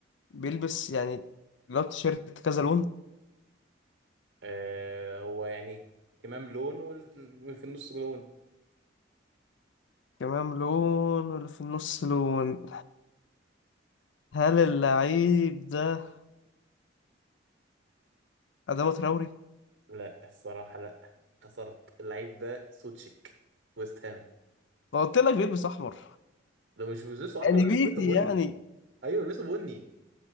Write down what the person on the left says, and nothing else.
بيلبس يعني لو تيشيرت كذا لون
كمان لون واللي في النص لون هل اللعيب ده أدامة تراوري؟
ما قلت لك بيلبس أحمر
نبيتي
يعني